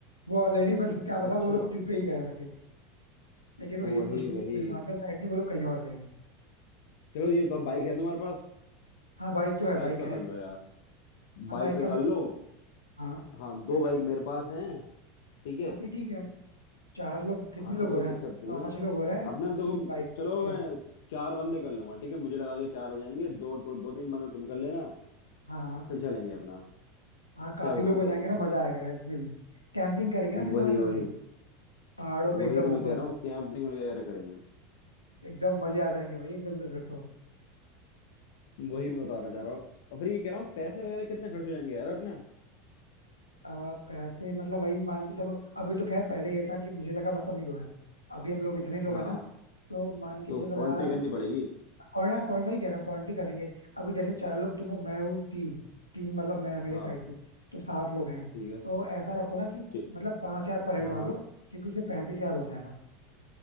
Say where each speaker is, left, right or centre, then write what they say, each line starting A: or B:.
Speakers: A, on the left; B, on the left.
A: वो ऑलरेडी मतलब क्या पता
B: अच्छा
A: वो लोग ट्रिप पे ही गए हैं वैसे लेकिन वो,
B: वही
A: हि, मुश-
B: वही
A: वो हिमाचल साइड नहीं वो लोग कहीं और गए हैं
B: चलो ये बताओ बाइक है तुम्हारे पास
A: हाँ बाइक तो है
B: बाइक
A: बाइक
B: का
A: है
B: कर लो यार
A: हाँ
B: बाइक
A: बाइक
B: का
A: का
B: कर
A: मैं
B: लो
A: कर हाँ
B: हाँ दो बाइक मेरे पास हैं ठीक है
A: हाँ फिर ठीक है चार लोग कितने
B: हाँ
A: लोग
B: तो कोई
A: हो रहे
B: दिक्कत
A: हैं
B: नहीं
A: पांच
B: है
A: लोग हो रहे हैं
B: अपना
A: तीन
B: देखो
A: बाइक
B: चलो
A: ठीक है
B: मैं चार बंदे कर लूंगा ठीक है मुझे लगा कि चार हो जाएंगे दो दो दो तीन बंदे तुम कर लेना
A: हाँ हाँ
B: फिर चलेंगे अपना
A: हाँ काफी
B: क्या बोलते
A: लोग हो जाएंगे
B: हो बताओ
A: ना मजा आएगा यार इसमें भी कैंपिंग करेंगे ना फिर
B: वही
A: वहां चल
B: वही
A: के पहाड़ों
B: वही
A: पे एकदम
B: तो मैं
A: ऊपर
B: कह रहा हूँ कैंपिंग वगैरह करेंगे
A: एकदम मजे आ जाएंगे भाई एकदम से फिर तो
B: वही मैं बताना चाह रहा हूँ और फिर ये कह रहा हूँ पैसे वगैरह कितने खर्च हो जाएंगे यार अपना
A: आ, पैसे मतलब वही मान के चलो अभी तो खैर पहले ये था कि मुझे लगा बस हम ही दो हैं अभी हम लोग इतने लोग
B: हाँ
A: हैं ना तो मान के
B: तो
A: चलो
B: कॉन्ट्री
A: यार
B: करनी पड़ेगी
A: और ना कौन वही कह रहा हूँ क्वांटिटी करेंगे अभी जैसे चार लोग तुम हो मैं हूँ तीन तीन मतलब मैं मेरे
B: हाँ
A: साइड से तो सात लोग हैं
B: ठीक है
A: तो ऐसा रखो ना कि
B: ठीक
A: मतलब पांच हजार पर हेड
B: हाँ
A: मान
B: हाँ
A: लो क्योंकि उससे पैंतीस हजार हो जाएगा